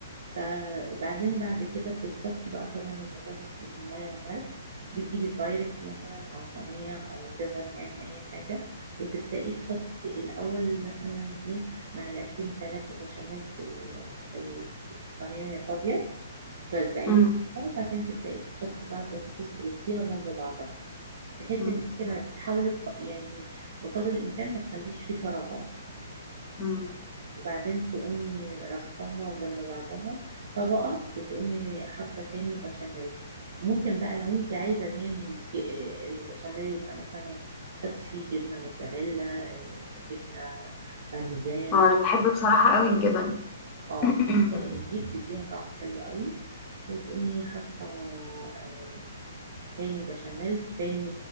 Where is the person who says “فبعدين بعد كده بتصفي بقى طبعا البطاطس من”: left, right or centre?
Right